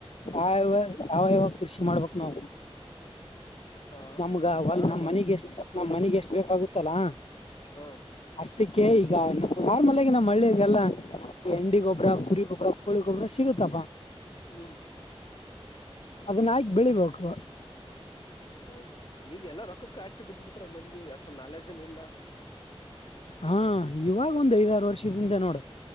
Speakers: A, on the left (about 70°); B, on the left (about 50°).
A: ಸಾವವ ಸಾವಯವ ಕೃಷಿ ಮಾಡ್ಬೇಕಕ್ ನಾವು
B: ಹಾ
A: ನಮ್ಗ ಅಲ್
B: ಹಾ
A: ನಮ್ಮ್
B: ಮ
A: ಮನೆಗೆ ಎಷ್ಟ ನಮ್ಮ್ ಮನೆಗೆ ಎಷ್ಟ ಬೇಕಾಗುತ್ತಲಾ
B: ಹಾ
A: ಅಷ್ಟಕ್ಕೆ ಈ ಈಗ ನಾರ್ಮಲ್ ಆಗಿ ನಮ್ಮ್ ಮಳ್ಳಿಗೆಲ್ಲಾ ಎಂಡಿ ಗೊಬ್ರ ಕುರಿ ಗೊಬ್ರ ಕೋಳಿ ಗೊಬ್ಬ್ರ ಸಿಗುತ್ತಪ್ಪಾ
B: ಹ್ಮ
A: ಅದ್ನಾಯಕು ಬೆಳಿಬೇಕು
B: ಹೌದು ಈಗ ಎಲ್ಲ ರೊಕ್ಕ ಕಾಸಿ ಬ್ಬ ಬಿಟ್ರ ಮಜಿಗೆ ನಾಲೆಜನ ಇಲ್ಲ
A: ಹಾ ಇವಾಗ ಒಂದ್ ಐದಾರು ವರ್ಷದಿಂದ ನೋಡು